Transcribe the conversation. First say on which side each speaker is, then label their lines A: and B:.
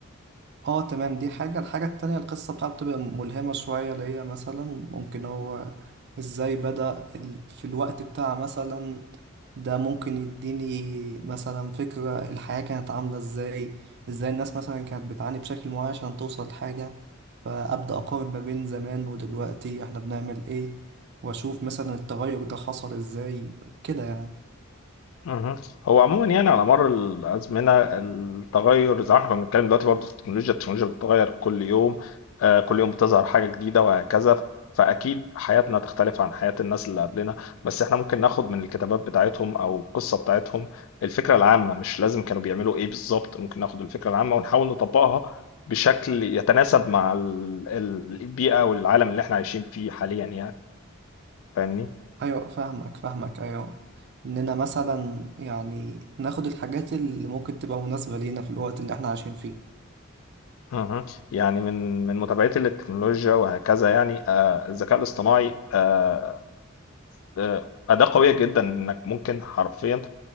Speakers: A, on the right; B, on the left.
A: اه تمام دي حاجة الحاجة التانية القصة بتاعته بتبقى ملهمة شوية اللي هي مثلا ممكن هو ازاي بدأ ال- في الوقت بتاع مثلا ده ممكن يديني مثلا فكرة الحياة كانت عاملة ازاي ازاي الناس مثلا كانت بتعاني بشكل معين عشان توصل لحاجة فأبدأ أقارن ما بين زمان ودلوقتي احنا بنعمل ايه وأشوف مثلا التغير ده حصل ازاي كده يعني
B: مهم. هو عموما يعني على مر الازمنه التغير زي ما احنا كنا بنتكلم دلوقتي برضه في التكنولوجيا التكنولوجيا بتتغير كل يوم آه، كل يوم بتظهر حاجه جديده وهكذا فاكيد حياتنا تختلف عن حياه الناس اللي قبلنا بس احنا ممكن ناخد من الكتابات بتاعتهم او القصه بتاعتهم الفكره العامه مش لازم كانوا بيعملوا ايه بالظبط ممكن ناخد الفكره العامه ونحاول نطبقها بشكل يتناسب مع ال- ال- البيئه والعالم اللي احنا عايشين فيه حاليا يعني فاهمني
A: ايوه فاهمك فاهمك ايوه اننا مثلا يعني ناخد الحاجات اللي ممكن تبقى مناسبة لينا في الوقت اللي احنا عايشين فيه
B: اها. يعني من من متابعتي للتكنولوجيا وهكذا يعني آه، الذكاء الاصطناعي آه، آه، أداة قوية جدا إنك ممكن حرفيا